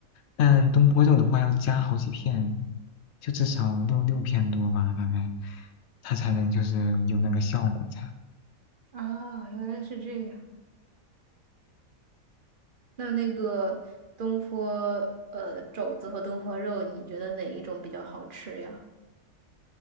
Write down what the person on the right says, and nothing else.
啊，原来是这样。那那个东坡呃肘子和东坡肉，你觉得哪一种比较好吃呀？